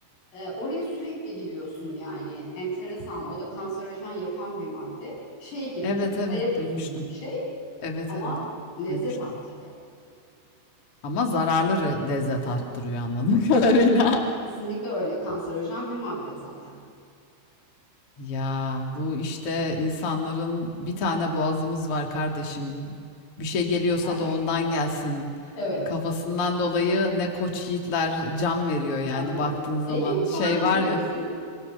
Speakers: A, on the left; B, on the left.
A: E, oraya sürekli gidiyorsun yani enteresan. O da kanserojen yapan bir madde. Şey gibi
B: evet
A: düşün.
B: evet
A: Kaya tuzu
B: duymuştum.
A: gibi bir şey
B: Evet
A: ama
B: evet
A: lezzet
B: duymuştum.
A: arttırıyor.
B: Ama zararlı re- lezzet arttırıyor anladığım <laughs> kadarıyla.
A: Kesinlikle öyle kanserojen bir madde zaten.
B: Ya bu işte insanların bir tane boğazımız var kardeşim. Bir şey geliyorsa
A: <laughs>
B: da ondan gelsin.
A: Evet.
B: Kafasından dolayı ne koç yiğitler can veriyor yani
A: Ben biliyorum.
B: baktığın
A: Evet.
B: zaman.
A: Ege mutfağında
B: Şey
A: ne
B: var
A: diyorsun?
B: ya.